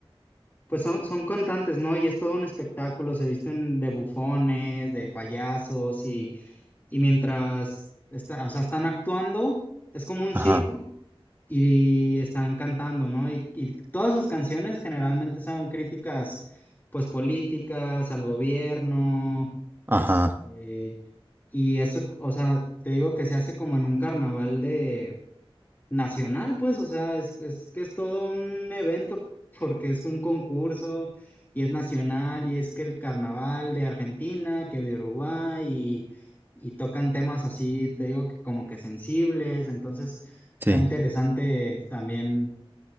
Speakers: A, on the left; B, on the right.
A: pues son, son cantantes, ¿no? Y es todo un espectáculo, se visten de bufones, de payasos y, y mientras, está, o sea, están actuando, es como un
B: Ajá,
A: circo y están cantando, ¿no? Y, y todas sus canciones generalmente son críticas, pues, políticas, al gobierno, este,
B: ajá,
A: y eso, o sea, te digo que se hace como en un carnaval de, nacional, pues, o sea, es, es que es todo un evento porque es un concurso y es nacional y es que el carnaval de Argentina, que de Uruguay y, y tocan temas así, te digo que como que sensibles, entonces está
B: sí.
A: interesante también